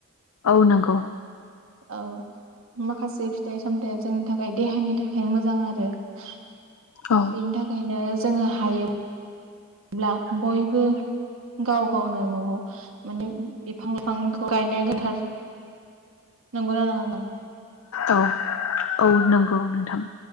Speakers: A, on the left; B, on the right.
A: औ नंगौ।
B: औ माखासे फिथाइ सामथाया जोंनि थाखाय देहानि थाखाय मोजां आरो। बेनि
A: औ
B: थाखायनो जोङो हायो ब्ला बयबो गाव गावनो न'आव माने बिफां लाइफांखौ गायनाया गोथार नंगौना नङा?
A: औ औ नंगौ नोंथां